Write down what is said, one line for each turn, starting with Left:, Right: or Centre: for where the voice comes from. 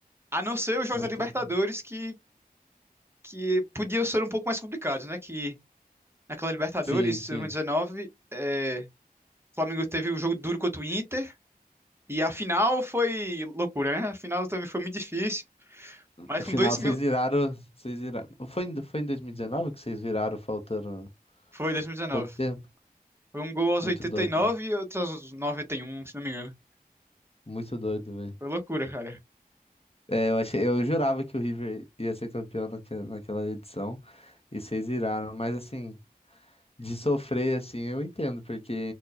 Right: A não ser os jogos
Left: Muito.
Right: da Libertadores que, que podiam ser um pouco mais complicados, né? Que naquela Libertadores,
Left: Sim, sim.
Right: 2019, é, o Flamengo teve um jogo duro contra o Inter. E a final foi loucura, né? A final também foi muito difícil. Mas
Left: Afinal,
Right: com dois
Left: vocês
Right: mil...
Left: viraram, vocês viraram. Foi, em- foi em 2019 que vocês viraram faltando
Right: Foi 2019.
Left: pouco tempo?
Right: Foi um gol aos
Left: Muito
Right: oitenta
Left: doido,
Right: e nove
Left: né?
Right: e outro aos 91 se não me engano.
Left: muito doido, velho.
Right: Foi loucura, cara.
Left: É, eu achei, eu jurava que o River ia ser campeão naque- naquela edição e vocês viraram, mas assim, de sofrer assim, eu entendo, porque